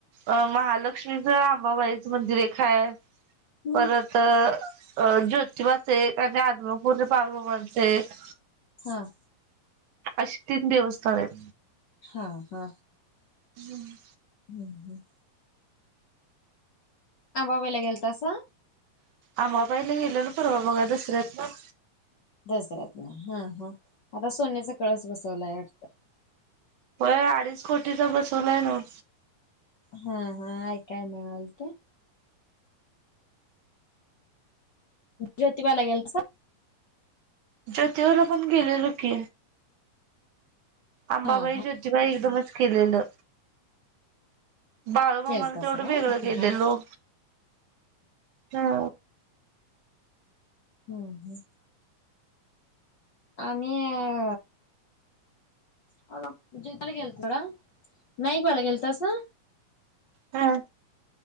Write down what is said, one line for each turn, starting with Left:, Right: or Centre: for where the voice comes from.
Right: अ महालक्ष्मीच, आंबाबाईचं मंदिर एक हाय
Left: हम्म
Right: परत अं ज्योतिबाचे एक आणि आदमापूरच्या बाळूमामाचे एक
Left: हां!
Right: अशी तीन देवस्थान आहेत.
Left: हा हा.
Right: हम्म!
Left: हम्म हम्. अंबाबाईला गेलता सा?
Right: अंबाबाईला गेलेलो परवा बघा दसऱ्यात पण
Left: दसऱ्यात ना हा हा आता सोन्याचा कळस बसवलाय वाटतं?
Right: हो अडीच कोटीचा बसवलाय नव.
Left: हा हा ऐकाया मिळालत. ज्योतिबाला गेलतासा?
Right: ज्योतिबाला पण गेलेलो की. अंबाबाई
Left: हा हा
Right: ज्योतिबाई एकदमच केलेलं. बाळूमामाला
Left: केलतासा
Right: तेवढं
Left: काय
Right: वेगळं
Left: हा
Right: गेलेलो.
Left: हा
Right: हा!
Left: हम्म हम्म आम्ही अ अ जेताला गेलो थोडा नाईकवाला गेलतासा?
Right: हा